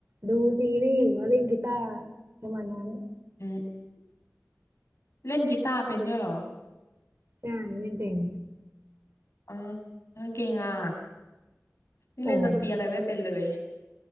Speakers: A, on the right; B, on the left.
A: ดูซีรีส์หรือว่าเล่นกีตาร์ประมาณนั้น
B: อืมเล่นกีตาร์เป็นด้วยเหรอ
A: ใช่ไม่เป็น
B: อ่าเก่งอ่ะนี่เล่นดนตรีอะไรไม่เป็นเลย
A: โอ้